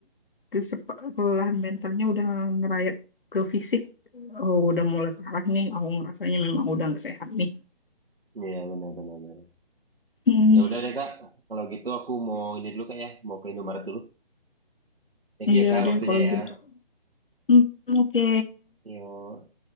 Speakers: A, on the left; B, on the right.
A: kesepa- kelelahan mentalnya udah ngerayap ke fisik. Oh, udah mulai parah nih. Aku ngerasanya memang udah nggak sehat nih.
B: Iya, benar-benar.
A: Hmm,
B: Ya udah deh, Kak. Kalau gitu aku mau ini dulu, Kak ya. Mau ke Indomaret dulu. Thank
A: iya
B: you ya, Kak,
A: deh
B: waktunya
A: kalau
B: ya.
A: gitu. Hmm, oke.
B: Yo.